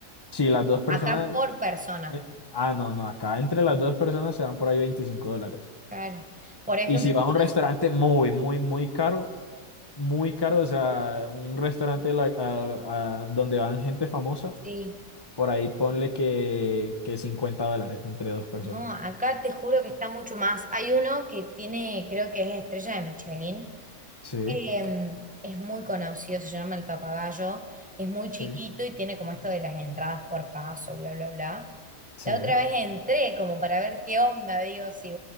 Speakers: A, on the left; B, in the centre.
A: Si las dos personas,
B: Acá por persona,
A: eh, ah, no, no, acá entre las dos personas se van por ahí 25 dólares.
B: claro. Por ejemplo,
A: Y si va a
B: si
A: un restaurante
B: yo-
A: muy, muy, muy caro, muy caro, o sea, un restaurante la- a- a- donde van gente famosa,
B: sí,
A: por ahí ponle que, que 50 dólares entre dos personas.
B: no, acá te juro que está mucho más. Hay uno que tiene, creo que es estrella de Michelin.
A: Sí,
B: Em, es muy conocido, se llama El Papagayo. Es muy
A: sí.
B: chiquito y tiene como esto de las entradas por paso, bla, bla, bla.
A: Sí.
B: La otra vez entré como para ver qué onda, digo, si